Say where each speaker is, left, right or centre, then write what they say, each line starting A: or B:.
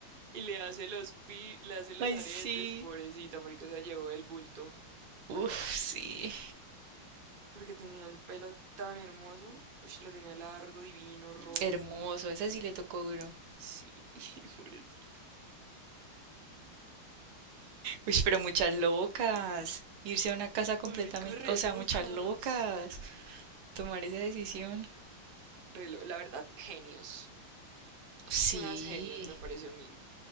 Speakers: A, on the right; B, on the right.
A: y le hace los pi, le hace los
B: Ay,
A: aretes,
B: sí.
A: pobrecita, marica se llevó el bulto.
B: Uf, sí.
A: Porque tenía el pelo tan hermoso. Uy, lo tenía largo, divino, rojo.
B: Hermoso, esa sí le tocó duro.
A: Sí, <laughs> pobrecito.
B: Uy, pero muchas locas. Irse a una casa completamente,
A: Marica, re
B: o
A: locas.
B: sea, muchas locas. Tomar esa decisión.
A: Re lo- La verdad, genios.
B: Sí.
A: Unas genios, me parece a mí.